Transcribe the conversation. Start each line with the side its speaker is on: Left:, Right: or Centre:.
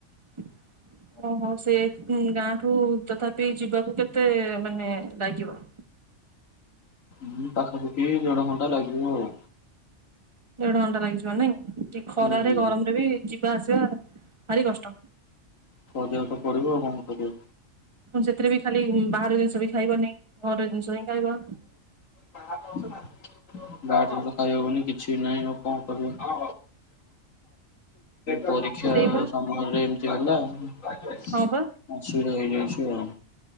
Right: <unintelligible> ଓ ହୋ ସେ ଗାଁଠୁ ତଥାପି ଯିବାକୁ କେତେ ମାନେ ଲାଗିବ?
Left: ହୁଁ ପାଖପାଖି ଦେଢ ଘଣ୍ଟା ଲାଗିବ ଆଉ।
Right: ଦେଢ଼ ଘଣ୍ଟା ଲାଗିଯିବ ନାଇ ଏ ଖରାରେ
Left: ହୁଁ
Right: ଗରମ ରେ ବି ଯି ଯିବା ଆସିବା ଭାରି କଷ୍ଟ।
Left: <unintelligible> ପଡ଼ିବ ଆଉ କଣ କରିବ।
Right: ସେଥିରେ ବି ଖାଲି ବାହାର ଜିନିଷ ବି ଖାଇବ ନି ଘରେ ଜିନିଷ ହିଁ ଖାଇବ।
Left: ବାହାର ଜିନିଷ ଖାଇ ହେବନି କିଛିନାହିଁ ଆଉ କଣ କରିବ? ପରୀକ୍ଷା
Right: ସେଇବା
Left: ସମୟରେ ଏମିତି ହେଲା। ଅସୁବିଧା
Right: ହଁ ବା।
Left: ହେଇଯାଇଛି ଆଉ।